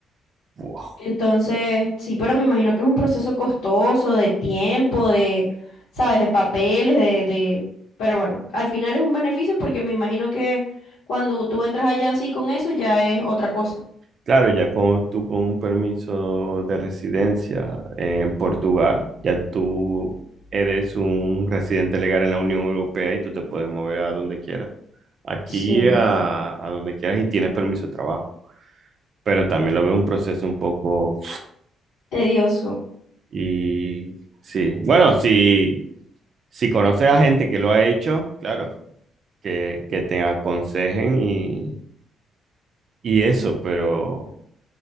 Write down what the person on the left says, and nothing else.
Entonces, sí, pero me imagino que es un proceso costoso de tiempo, de, ¿sabes? De papeles, de, de... Pero bueno, al final es un beneficio porque me imagino que cuando tú entras allá así con eso ya es otra cosa.
Sí,
tedioso.